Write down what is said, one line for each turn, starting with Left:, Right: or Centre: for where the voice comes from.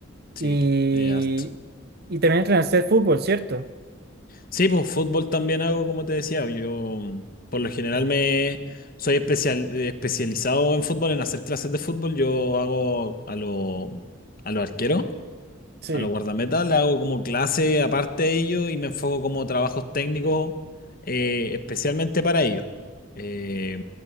Left: sí,
Right: Y,
Left: eh, harto.
Right: y también entrenaste fútbol, ¿cierto?
Left: Sí, pues fútbol también hago, como te decía. Yo mm, por lo general me soy especial, eh, especializado en fútbol, en hacer clases de fútbol. Yo hago a los a los arqueros,
Right: Sí,
Left: a los guardametas, le hago como clase aparte de ellos y me enfoco como trabajos técnicos eh, especialmente para ellos. Eh,